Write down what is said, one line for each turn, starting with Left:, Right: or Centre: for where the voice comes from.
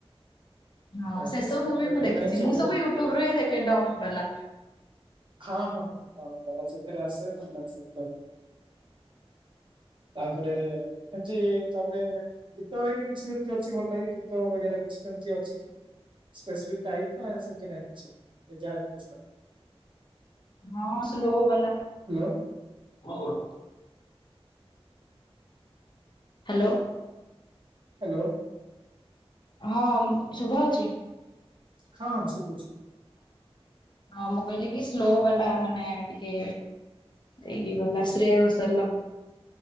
Left: ହଁ
Right: ତ
Left: ସେସବୁ
Right: ସେମାନଙ୍କର
Left: ମୁଭି ମୁଁ
Right: ଭଲ
Left: ଦେଖିଛି
Right: ଲାଗେ ସେଇଥିପାଇଁ
Left: ମୁଁ ସବୁ
Right: ଦେଖିଦିଏ।
Left: ୟୁଟ୍ୟୁବ ରୁ ହିଁ ଦେଖେ ଡବ୍ ବାଲା।
Right: ହଁ ହଁ ହଁ ତା ଭଲ ସେଥେରେ ଆସ ଭଲ ସେ। ତାପରେ ଆଜି ତାପରେ। ଗୀତ ଘରିକା କିଛି ସେମତି ଅଛି ଭଲ ଲାଗେ ଗୀତ ବଗେରା କିଛି ସେମିତି ଅଛି କି। ସ୍ପେସିଫିକ ଟାଇପ ନା ସେମତି ନାଇ କିଛି ସେ ଯାହା ବି ହେଲେ ଶୁଣନ୍ତି।
Left: ହଁ ସ୍ଲୋ ବାଲା।
Right: ହାଲୋ।
Left: କଁ କରୁଛୁ। ହାଲୋ।
Right: ହାଲୋ।
Left: ହଁ ଶୁଭାଯାଉଛି।
Right: ହଁ ହଁ ଶୁଭୁଛି।
Left: ହଁ ମୁଁ କହିଲି କି ସ୍ଲୋ ବାଲା ମାନେ ଟିକେ। ଏଇ କି ଗଲା ଶ୍ରିୟା ଘୋଶାଲ୍ ର।